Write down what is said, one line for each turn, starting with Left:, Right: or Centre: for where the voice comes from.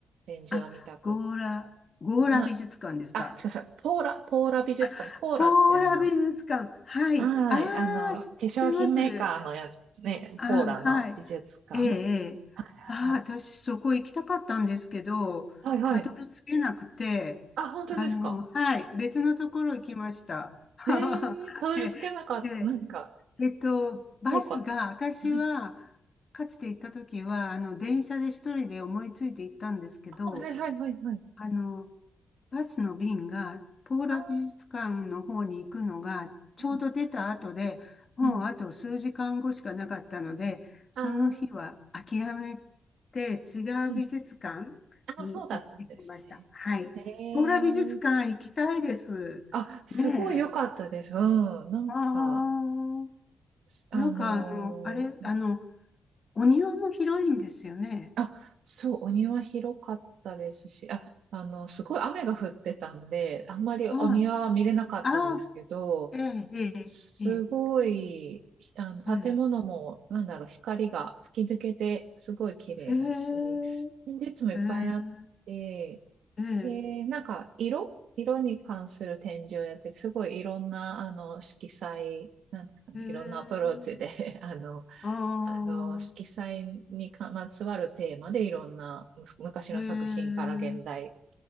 Right: 展示は見たく、
Left: あ、ゴーラ、ゴーラ美術館ですか。
Right: は、あ、違う違う、ポーラ、ポーラ美術館、
Left: あ、
Right: ポーラってあの、
Left: ポーラ美術館。はい。
Right: はい、
Left: ああ、
Right: あの、化粧品メーカーのやつね、
Left: 知ってます。ああ、
Right: ポーラの美術館。
Left: はい。ええ、ええ。
Right: は
Left: ああ、
Right: いはい。
Left: 私そこ行きたかったんですけど、
Right: はいはい。
Left: たどり着けなくて、
Right: あ、本当ですか。
Left: あの、はい、別のところ行きました。<laughs>
Right: ええたどり着けなかった。
Left: えで、
Right: なんか、
Left: えっと、バスが、
Right: 遠かった。
Left: 私は、
Right: はい
Left: かつて行った時は、あの、電車で一人で思いついて行ったんですけど、
Right: あ、はいはいはいはい。
Left: あの、バスの便が、ポーラ美術館の方に行くのが、
Right: ああ、
Left: ちょうど出た後で、
Right: うん。
Left: もうあと数時間後しかなかったので、
Right: うん
Left: その日は諦め
Right: ああ、
Left: て違う美術館に行ってきました。
Right: うん。ああ、そうだったんですね。
Left: はい。
Right: え
Left: ポーラ美術館行きたいです。
Right: えあ、すごい良かったです。
Left: ねえ。
Right: うん。なんか、
Left: ああ、
Right: すあのー
Left: なんかあの、あれ、あの、お庭も広いんですよね。
Right: あ、そう、お庭広かったですし、あ、あの、すごい雨が降ってたんで、あんまりお庭は見れなかったんですけど、
Left: ああ、ああ、ええ、ええ、
Right: すごい、
Left: ええ。
Right: あの、
Left: ええ
Right: 建物も、なんだろう、光が吹き抜けて、すごい綺麗だし、
Left: へえ、
Right: 展示室もいっぱいあって、
Left: へえ、ええ、
Right: で、なんか、色色に関する展示をやって、すごいいろんな、あの、色彩、なんですかね、
Left: へえ、
Right: いろんなアプローチで、<laughs> あの、
Left: ああ、
Right: あの、色彩にかまつわるテーマで、いろんな、む昔の作品から現代
Left: へえ、